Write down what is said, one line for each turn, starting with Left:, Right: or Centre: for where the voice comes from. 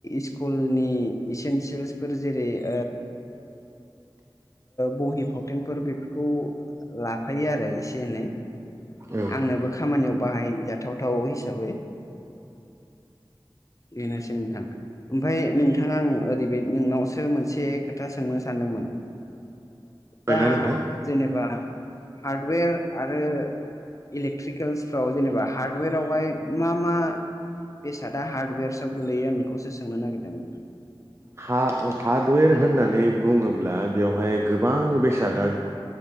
Left: स्कुलनि इसेन्सियेल्सफोर जेरै <inaudible> बहि फावथेनफोर बेफोरखौ लाफायो आरो एसे एनै
Right: औ
Left: आंनोबो खामानियाव बाहायजाथावथाव हिसाबै बेनोसै नोंथां ओमफाय नोंथाङा आं ओरैबायदि नोंनावसो मोनसे खोथा सोंनो सानदोंमोन
Right: खोनादोंना
Left: दा
Right: नोंथां?
Left: जेनेबा हार्डवेर आरो इलेकट्रिकेल्सफ्राव जेनेबा हार्डवेरावहाय मा मा बेसादआ हार्डवेर्सआव गोलैयो आं बेखौसो सोंनो नागिरदोंमोन
Right: ह हार्डवेर होननानै बुङोब्ला बेवहाय गोबां बेसादा